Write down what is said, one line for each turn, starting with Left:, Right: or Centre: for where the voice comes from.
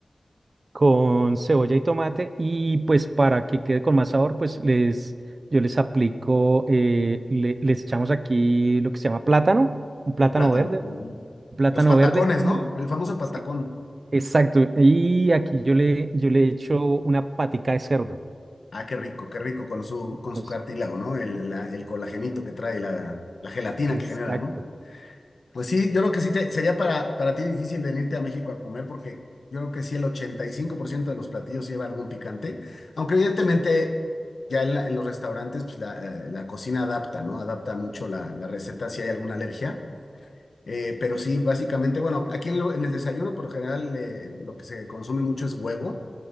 Right: con cebolla y tomate y pues para que quede con más sabor, pues les, yo les aplico, eh, le- les echamos aquí lo que se llama plátano, un plátano
Left: El plátano.
Right: verde,
Left: ujú.
Right: un plátano
Left: Los patacones,
Right: verde y
Left: ¿no? El famoso patacón.
Right: sí, exacto, y aquí yo le, yo le echo una patica de cerdo.
Left: Ah, qué rico, qué rico con su,
Right: Entonces,
Left: con su cartílago, ¿no? El, la- el colagenito que trae, la, la gelatina
Right: exacto,
Left: que genera, ¿no? Pues sí, yo creo que sí te- sería para, para ti difícil venirte a México a comer porque yo creo que sí el 85% de los platillos lleva algún picante, aunque evidentemente ya en, la- en los restaurantes pues, la, eh, la cocina adapta, ¿no? Adapta mucho la, la receta si hay alguna alergia, Eh, pero sí, básicamente, bueno, aquí en, lo- en el desayuno por general eh, lo que se consume mucho es huevo